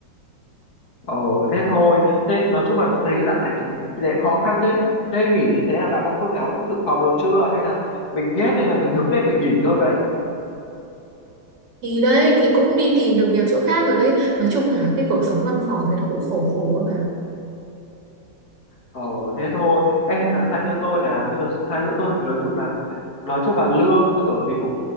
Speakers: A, on the left; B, on the right.
A: ồ thế thôi thế nói chung là thấy dạo này tình hình kinh khó khăn thế thế nghỉ như thế là đã có phương án dự phòng rồi chưa hay là mình ghét đây là mình hướng lên mình nghỉ thôi vậy
B: thì đấy thì cũng đi tìm được việc chỗ khác rồi đấy nói chung là cái cuộc sống văn phòng thì nó cũng khổ khổ cả
A: Ờ thế thôi Ê, hay là sang chỗ tôi làm nhưng mà sang chỗ tôi thì nói chung là nói chung là lương thưởng thì cũng